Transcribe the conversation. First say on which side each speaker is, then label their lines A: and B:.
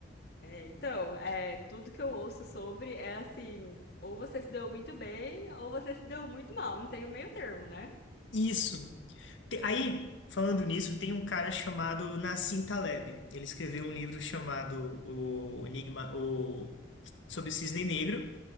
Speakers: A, on the left (about 55°); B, on the left (about 75°).
A: É, então, é, tudo que eu ouço sobre é assim, ou você se deu muito bem, ou você se deu muito mal, não tem o meio termo, né?
B: Isso. Te- Aí, falando nisso, tem um cara chamado Nassim Taleb. Ele escreveu um livro chamado O Enigma, o sobre o Cisne Negro,